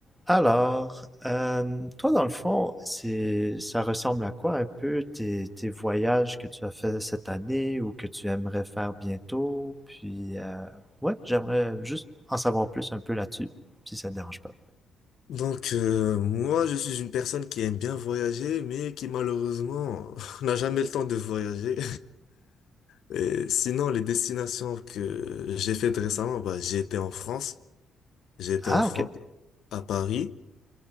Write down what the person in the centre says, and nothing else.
Alors, euh, toi, dans le fond, c'est, ça ressemble à quoi un peu tes, tes voyages que tu as fait cette année ou que tu aimerais faire bientôt? Puis, euh, ouais, j'aimerais juste en savoir plus un peu là-dessus, si ça te dérange pas.
Ah,
ok.